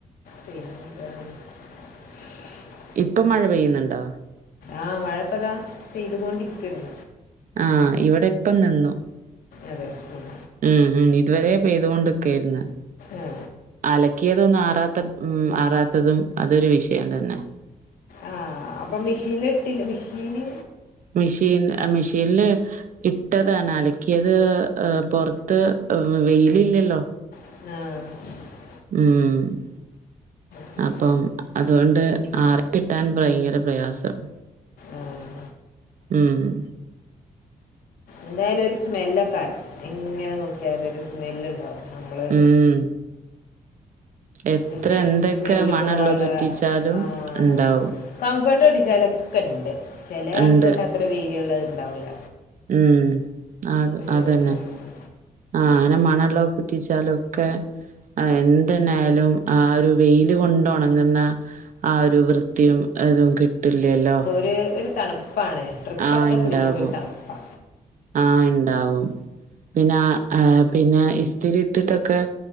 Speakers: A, on the left; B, on the right.
A: ശരി ജയ <unintelligible>
B: ഇപ്പം മഴ പെയ്യുന്നുണ്ടോ?
A: ആഹാ മഴപ്പതാ- പെയ്തുകൊണ്ടിരിക്കണ്.
B: ആഹാ ഇവിടെപ്പം നിന്നു.
A: അതെ ഉം.
B: ഉം.. ഉം... ഇതുവരെ പെയ്തുകൊണ്ടക്കായിരുന്നു.
A: ആഹാ...
B: അലക്കിയതൊന്നും, ആറാത്ത ഉം.. ആറാത്തതും അതൊരു വിഷയം തന്നെ.
A: ആ അപ്പം മിഷീൻല് ഇട്ടില്ലേ മിഷീൻല്
B: മെഷീൻ മെഷീൻൽ ഇട്ടതാണ് അലക്കിയത് പൊർത് പൊർത് വെയിൽ ഇല്ലല്ലോ.
A: ആഹ്.
B: ആഹ്.
A: ശരി
B: അപ്പം അതുകൊണ്ട് ആറികിട്ടാൻ ഭയങ്കര പ്രയാസാണ്.
A: ആഹ്.
B: ആഹ്.
A: എന്തായാലൊരു സ്മെല്ലക്കാണും എങ്ങനെ നോക്കിയാലൊരു സ്മെല്ലുണ്ടാവും നമ്മള്
B: ആഹ് എത്ര
A: പിന്നെ
B: എന്തൊക്കെ
A: സ്മെല്ല്
B: മണള്ളത്
A: പോവാള്ള
B: ഉറ്റിച്ചാലും
A: ആഹ്
B: ഇണ്ടാവും.
A: കംഫർട്ട് തൊട്ട് ഉജലയോക്കെണ്ട് ചെല കംഫർട്ട്
B: ഇണ്ട്.
A: അത്ര വീര്യുള്ളത് ഉണ്ടാവുല്ല.
B: ഉം അഹ് അതന്നെ,
A: വെച്ചിട്ടാണ്
B: ആ അങ്ങനെ മണം ഒള്ളക്കെ കൂറ്റി ഒയിച്ചാല്ലോ? ഒക്കെ ആഹ് എന്തെന്നായാലും ആ ഒരു വെയില് കൊണ്ടുണങ്ങുന്ന ആ ഒരു വൃത്തിയും എതും കിട്ടില്ലല്ലോ.
A: അത് ഒരു തണുപ്പാണ്. ഡ്രസ്സൊക്കെ
B: ആഹ് ഇണ്ടാവും
A: പിടിക്കുമ്പോ ഒരു തണുപ്പാ
B: ആഹ് ഇണ്ടാവും. പിന്നാ പിന്നെ ഇസ്തിരിട്ടിട്ടൊക്കെ